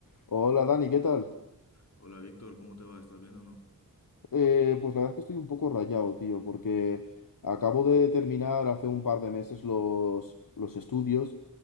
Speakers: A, on the left; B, on the left.
A: Hola Dani, ¿qué tal?
B: Hola Víctor, ¿cómo te va? ¿Estás bien o no?
A: Eh, pues la verdad es que estoy un poco rayado, tío, porque acabo de terminar hace un par de meses los, los estudios